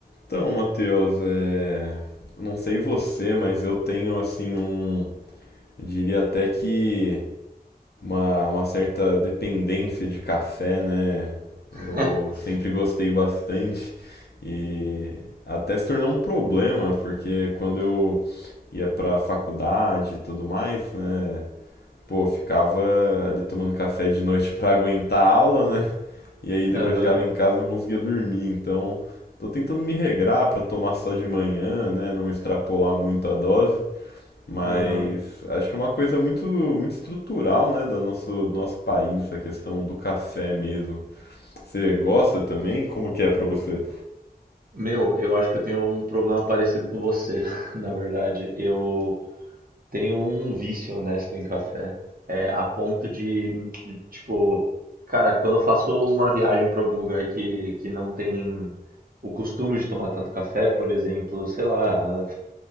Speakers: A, on the left; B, on the right.
A: Então, Matheus, é... não sei você, mas eu tenho assim um, eu diria até que uma, uma certa dependência de café, né?
B: <laughs>
A: Eu sempre gostei bastante e até se tornou um problema, porque quando eu ia pra faculdade e tudo mais, né? Pô, eu ficava ali tomando café de noite pra aguentar a aula, né? E aí depois
B: Aham,
A: chegava em casa e não conseguia dormir. Então, tô tentando me regrar para tomar só de manhã, né? Não extrapolar muito a dose. Mas
B: aham.
A: acho que é uma coisa muito, muito estrutural, né, do nosso, do nosso país, a questão do café mesmo. Você gosta também? Como que é pra você?
B: Meu, eu acho que eu tenho um problema parecido com você, <laughs> na verdade. Eu tenho um vício honesto em café, é, a ponto de, de, tipo, cara, quando eu faço uma viagem para algum lugar que, que não tem o costume de tomar tanto café, por exemplo, sei lá,